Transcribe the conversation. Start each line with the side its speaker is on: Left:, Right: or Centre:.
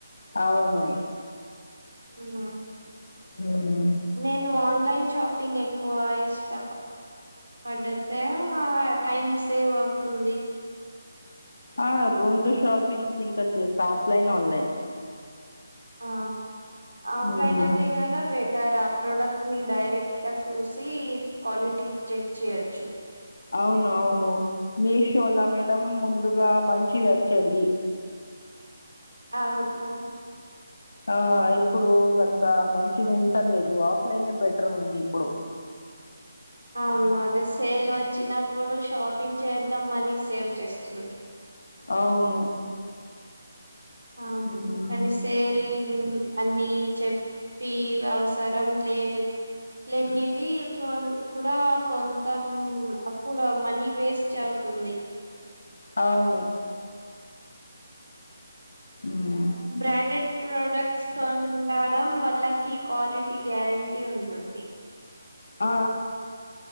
Left: అవును
Right: ఆ
Left: హు
Right: నేను ఆన్లైన్ షాపింగ్ ఎక్కువ ఇష్ట పడితే ఆ టైమ్ సేవ్ అవుతుంది
Left: ఆ రెండు షాపింగ్స్ ఇంకా చేస్తా ఆఫ్లైన్ ఆన్లైన్
Right: ఆ ఆఫ్లైన్
Left: మ్మ్
Right: అదే కదా బెటర్ ఆ ప్రోడక్ట్ మీ డైరెక్ట్గా చూసి క్వాలిటీ చెక్ చేయొచ్చు
Left: అవును అవును మీ షోల మేడం ముందుగా మంచి <unintelligible>
Right: అవును
Left: ఆ ఇప్పుడు అంత మంచిగా ఉంటలేదు ఆఫ్లైనే బెటర్ ఉంది ఇప్పుడు
Right: అవును అదే సేల్ వచ్చినప్పుడు షాప్ షాపింగ్ చేద్దాం మనీ సేవ్ చేస్తుంది
Left: అవును
Right: అను
Left: మ్మ్
Right: కానిసేల్ అన్ని చెప్పి అవసరం లే లేనివి <unintelligible> కూడ కొంతం అప్పుడు మనీ వేస్ట్ అవుతుంది
Left: అవును ఉమ్,
Right: బ్రాండెడ్ ప్రొడక్ట్స్ కొండడం వాల్లకి క్వాలిటీ గ్యారెంటీ ఉంటుంది.
Left: ఆ